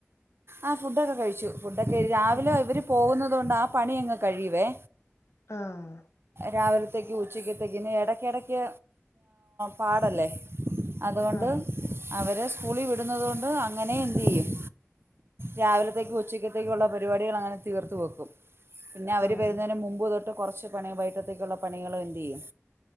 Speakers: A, on the right; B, on the left.
A: ആ ഫുഡ്ൊക്കെ കഴിച്ചു ഫുഡൊക്കെഴ രാവിലെ
B: ആഹ്
A: ഇവർ പോകുന്നത കൊണ്ട് ആ പണിയ അങ്ങ് കഴിയുവേ
B: ആഹ
A: രാവിലത്തേക്ക് ഉച്ചയ്ക്കത്തേക്ക് ഇനി ഇടയ്ക്കിടയ്ക്ക് പാടല്ലേ അതുകൊണ്ട്
B: ആഹ്
A: അവരെ സ്കൂളിൽ വിടുന്നതുകൊണ്ട് അങ്ങനെ എന്ത് ചെയ്യും രാവിലത്തേക്കും ഉച്ചക്കത്തേക്ക ഉള്ള പരിപാടികൾ അങ്ങനെ തീർത്ത് വെക്കും പിന്നെ അവര്
B: ആഹ്
A: വരുന്നതിന് മുമ്പ് തൊട്ട് കുറച്ച് പണി ബൈട്ടത്തേക്കുള്ള പണികും എന്തു ചെയ്യും